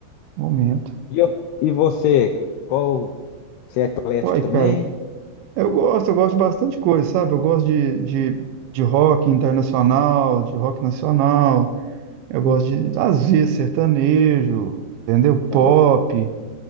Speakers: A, on the right; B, on the left.
A: Momento.
B: E, eu- e você, qual, você é eclético
A: Uai,
B: também?
A: cara, eu gosto, eu gosto de bastante coisa, sabe? Eu gosto de, de, de rock internacional, de rock nacional, eu
B: Isso,
A: gosto de, às vezes, sertanejo, entendeu? Pop.
B: tá.